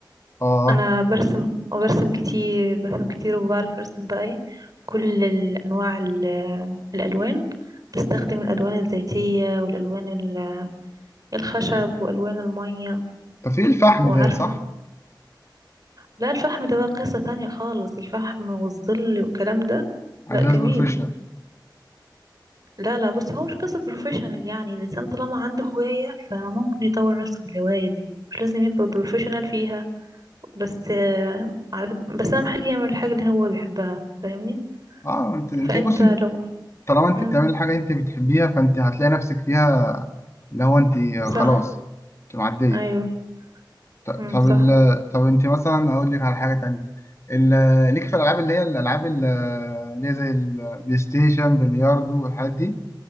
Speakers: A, on the left; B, on the right.
A: اه
B: انا برسم وبرسم كتير برسم كتير وبعرف ارسم بقى ايه كل الانواع ال- الالوان بستخدم الالوان الزيتية والالوان ال- الخشب والوان المية
A: طب في الفحم
B: وعارفة
A: ده صح
B: لا الفحم ده بقى قصة تانية خالص الفحم والظل والكلام ده
A: عايز
B: لا
A: ناس
B: جميل
A: بروفيشنال
B: لا لا بص هو مش قصة بروفيشنال يعني الإنسان طالما عنده هواية فممكن يطور نفسه في الهواية دي مش لازم يبقى بروفيشنال فيها بس آه، على- بس أهم حاجة يعمل الحاجة اللي هو بيحبها فاهمني
A: اه انت انت
B: فأنت
A: بص انت
B: لو
A: طالما انت
B: مم.
A: بتعمل الحاجه انت بتحبيها فانت هتلاقي نفسك فيها اللي هو انت خلاص
B: صح
A: انت معديه
B: أيوه
A: ط- طب
B: مم. صح
A: ال... طب انت مثلا اقول لك على حاجه تانية ال... ليك في الالعاب اللي هي الالعاب ال- اللي هي زي البلاي ستيشن بلياردو والحاجات دي